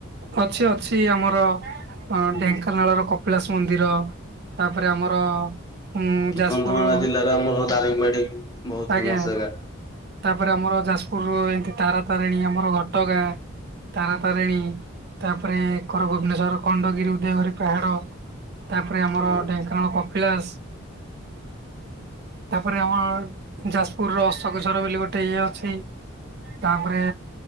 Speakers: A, on the right; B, on the left.
A: ଅଛି ଅଛି ଆମର
B: ହୁଁ
A: ଢେଙ୍କାନାଳର କପ କପିଳାସ ମନ୍ଦିର ତାପରେ ଆମର ଉଁ
B: କି
A: ଯାଜପୁର
B: କନ୍ଧମାଳ ଜିଲ୍ଲା ଆମର ଦାରିଙ୍ଗବାଡି ବୋହୁତ୍
A: ଆଜ୍ଞା
B: ଫେମସ ଜାଗା।
A: ତାପରେ ଆମର ଯାଜପୁର ଏମତି ତାରାତାରିଣୀ ଆମର ଘଟଗାଁ ତାରା ତାରିଣୀ ତାପରେ ଏକର ଭୁବନେଶ୍ୱର ଖଣ୍ଡଗିରି ଉଦୟଗରି ପାହାଡ। ତାପରେ ଆମର
B: ହଁ
A: ଢେଙ୍କାନାଳ, କପିଳାସ। ତାପରେ ଆମର ଯାଜପୁର ର ଅଶୋକଝର ବୋଲି ଗୋଟେ ଇଏ ଅଛି। ତାପରେ